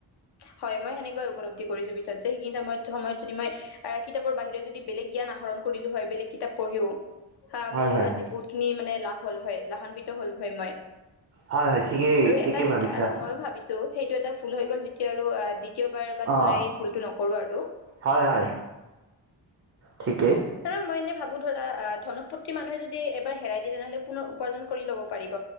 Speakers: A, on the left; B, on the right.
A: হয় মই সেনেকুৱাই উপলব্ধি কৰিছো পিছত যে সেইখিনি সময়ত সময়ত যদি আ কিতাপৰ বাহিৰে যদি বেলেগ জ্ঞান আহৰণ কৰিলো হয় বেলেগ কিতাপ পঢ়িও হা
B: হয়
A: মোৰ
B: হয়
A: আজি বহুত খিনি মানে লাভ হল হয় লাভান্বিত হ'লো হয় মই
B: হয় হয় ঠিকেই
A: আৰু
B: ঠিকেই
A: এটা হ
B: ভাবিছা
A: আৰু মইো ভাবিছো সেইটো এটা ভুল হৈ গ'ল যি এতিয়া আৰু দ্বিতীয়বাৰ বা দুনাই
B: অঁ
A: ভুলটো নকৰো আৰু
B: হয় হয় ঠিকেই
A: আৰু মই এনে ভাব বু ধৰা ধনপতি মানুহে যদি এবাৰ হেৰাই দিয়ে তেনেহলে পুনৰ উপাৰ্জন কৰি ল'ব পাৰিব